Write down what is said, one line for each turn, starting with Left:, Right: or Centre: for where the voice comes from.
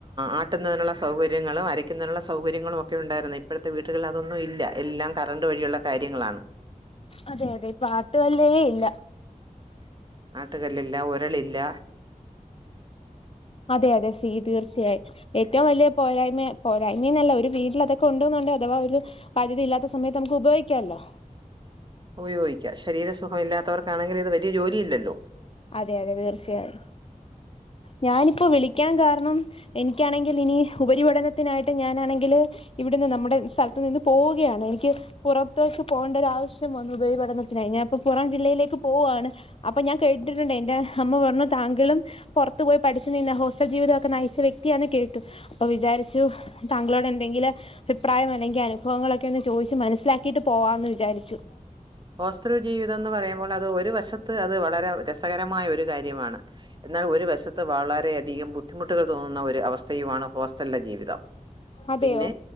Right: ആട്ടുന്നതിനുള്ള സൗകര്യങ്ങളും അരയ്ക്കുന്നതിനുള്ള സൗകര്യങ്ങളും ഒക്കെ ഉണ്ടായിരുന്നേ ഇപ്പഴത്തെ വീട്ടുകളിൽ അതൊന്നും ഇല്ല എല്ലാം കറണ്ട് വഴിയുള്ള കാര്യങ്ങളാണ്
Left: അതെ അതെ ഇപ്പ ആട്ടുകല്ലേ ഇല്ല
Right: ആട്ടുകല്ലില്ല ഒരളില്ല
Left: അതെ അതെ <unintelligible> തീർച്ചയായും ഏറ്റവും വലിയ പോരായ്മ പോരായ്മന്നല്ല ഒരു വീട്ടിൽ അതൊക്കെ ഉണ്ടോന്ന്ണ്ടേ അഥവാ ഒരു ബാധ്യത ഇല്ലാത്ത സമയത്ത് നമുക്ക് ഉപയോഗിക്കാല്ലോ
Right: ഉപയോഗിക്കാം ശരീരസുഖം ഇല്ലാത്തവർക്കാണെങ്കിൽ ഇത് വലിയ ജോലി ഇല്ലല്ലോ
Left: അതെ അതെ തീർച്ചയായും ഞാനിപ്പോ വിളിക്കാൻ കാരണം എനിക്കാണെങ്കിൽ ഇനി ഉപരിപഠനത്തിനായിട്ട് ഞാനാണെങ്കില് ഇവിട്ന്ന് നമ്മുടെ സ്ഥലത്തു നിന്ന് പോവുകയാണ് എനിക്ക് പുറത്തേക്ക് പോകേണ്ട ഒരു ആവശ്യം വന്നു ഉപരിപഠനത്തിനായി ഞാൻ പ്പം പുറം ജില്ലയിലേക്ക് പോവാണ് അപ്പൊ ഞാൻ കേട്ടിട്ടുണ്ട് എന്റെ അമ്മ പറഞ്ഞു താങ്കളും പൊറത്ത് പോയി പഠിച്ച് നിന്ന ഹോസ്റ്റൽ ജീവിതൊക്കെ നയിച്ച വ്യക്തിയാ ന്ന് കേട്ടു അപ്പൊ വിചാരിച്ചു താങ്കളോട് എന്തെങ്കിലും അഭിപ്രായം അല്ലെങ്കി അനുഭവങ്ങളൊക്കെ ഒന്ന് ചോദിച്ചു മനസ്സിലാക്കിയിട്ട് പോവാന്ന് വിചാരിച്ചു
Right: ഹോസ്റ്റൽ ജീവിതം എന്ന് പറയുമ്പോൾ അത് ഒരു വശത്ത് അത് വളരെ രസകരമായ ഒരു കാര്യമാണ് എന്നാൽ ഒരു വശത്ത് വളരെയധികം ബുദ്ധിമുട്ടുകൾ തോന്നുന്ന ഒരു അവസ്ഥയുമാണ് ഹോസ്റ്റൽലെ ജീവിതം
Left: അതെയോ
Right: പിന്നെ